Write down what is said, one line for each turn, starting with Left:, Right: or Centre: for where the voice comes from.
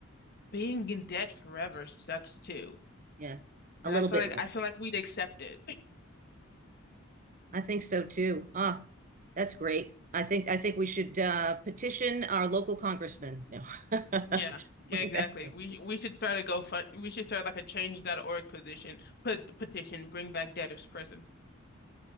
Left: being in debt forever sucks too."
Right: Yeah. A
Left: And
Right: little
Left: I feel
Right: bit
Left: like
Right: more.
Left: I feel like we'd accept it. <clears throat> <laughs>
Right: I think so too. Ah, that's great. I think I think we should uh, petition our local congressman. No, <laughs> to
Left: Yeah. Yeah,
Right: bring
Left: exactly.
Right: back to.
Left: We we should start a GoFund. We should start like a change.org position, put petition, bring back debtors prison.